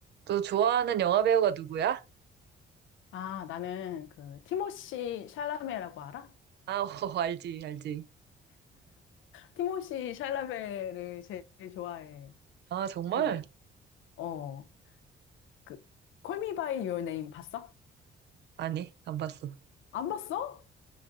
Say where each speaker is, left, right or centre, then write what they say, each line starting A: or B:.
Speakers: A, on the right; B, on the left.
A: 너 좋아하는 영화 배우가 누구야?
B: 아, 나는 그 티모시 샬라메라고 알아?
A: 아, <laughs> 어, 알지, 알지.
B: 티모시 샬라메를 제일 좋아해.
A: 아, 정말?
B: 그, 어, 그 Call Me by Your Name 봤어?
A: 아니, 안 봤어.
B: 안 봤어?